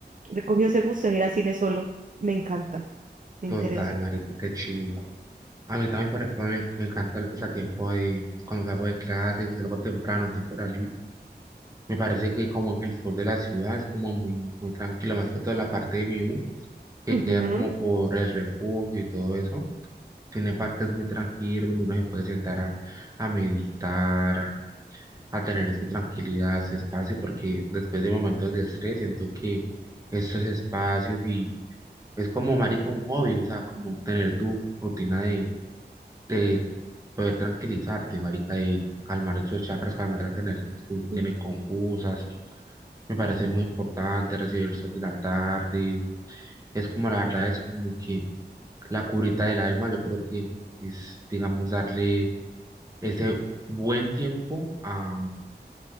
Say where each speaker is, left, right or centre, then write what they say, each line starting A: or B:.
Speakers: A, on the right; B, on the right.
A: le cogió ese gusto de ir a cine solo. Me encanta, me
B: total,
A: interesa.
B: marica, qué chimba. A mí también, por ejemplo, me, me encanta el pasatiempo de cuando salgo de clases y salgo temprano, tengo hora libre. Me parece que como el sur de la ciudad es como muy, muy tranquilo, más que toda la parte de mi U. que
A: Ujú,
B: queda como por el refugio y todo eso. Tiene parques muy tranquilos donde uno se puede sentar a, a meditar, a, a tener su tranquilidad, su espacio, porque después de momentos de estrés siento que estos espacios y es como marica un hobby, o sea, como tener tu rutina de de poder tranquilizarte, marica, y calmar esos chakras, calmar las energías que uno tiene
A: sí,
B: confusas. Me parece muy importante recibir el sol de la tarde. Es como la verdad, es como que la curita del alma, yo creo que es, digamos, darle ese buen tiempo a,